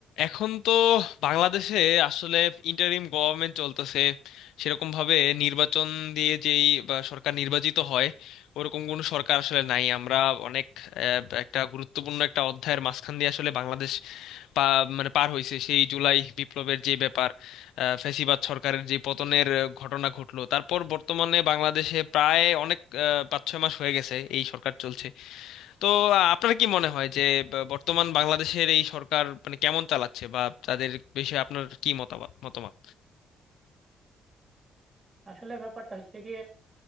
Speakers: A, on the left (about 85°); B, on the right (about 25°).
A: এখন তো বাংলাদেশে আসলে ইন্টারিম গভর্নমেন্ট চলতেছে সেরকম ভাবে নির্বাচন দিয়ে যেই বা সরকার নির্বাচিত হয় ওরকম কোনো সরকার আসলে নাই আমরা অনেক আহ, একটা গুরুত্বপূর্ণ একটা অধ্যায়ের মাঝখান দিয়ে আসলে বাংলাদেশ পা মানে পার হয়েছে সেই জুলাই বিপ্লবের যে ব্যাপার আহ, ফ্যাসিবাদ সরকারের যে পতনের আহ, ঘটনা ঘটলো তারপর বর্তমানে বাংলাদেশে প্রায় অনেক আহ, পাঁচ ছয় মাস হয়ে গেছে এই সরকার চলছে তো আহ, আপনার কি মনে হয় যে ব- বর্তমান বাংলাদেশের এই সরকার মানে কেমন চালাচ্ছে বা তাদের বিষয়ে আপনার কি মতামত মতামত
B: আসলে ব্যাপারটা হচ্ছে কি